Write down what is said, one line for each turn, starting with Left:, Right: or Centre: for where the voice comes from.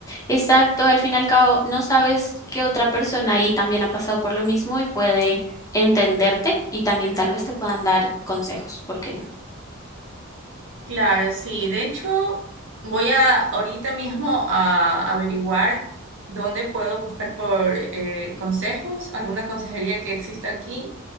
Left: Exacto, al fin y al cabo no sabes que otra persona ahí también ha pasado por lo mismo y puede entenderte y también tal vez te puedan dar consejos, ¿por qué no?
Right: Claro, sí. De hecho, voy a ahorita mismo a averiguar dónde puedo buscar por eh, consejos, alguna consejería que exista aquí